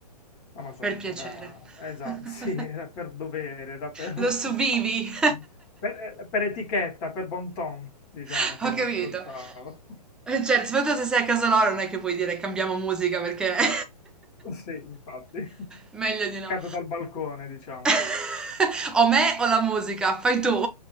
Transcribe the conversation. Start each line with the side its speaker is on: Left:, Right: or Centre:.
Left: non lo so,
Centre: per piacere.
Left: era, esatto,
Centre: <laughs>
Left: <laughs> sì, era per dovere, era per,
Centre: Lo subivi,
Left: <laughs> per, per etichetta, per bon ton, diciamo
Centre: <laughs>
Left: che
Centre: ho
Left: l'ascoltavo.
Centre: capito.
Left: <laughs>
Centre: Eh, Certo, soprattutto se sei a casa loro non è che puoi dire cambiamo musica perché... <laughs>
Left: Sì, infatti, <laughs>
Centre: Meglio di no.
Left: cado dal balcone, diciamo.
Centre: <laughs> O me o la musica, fai tu. <laughs>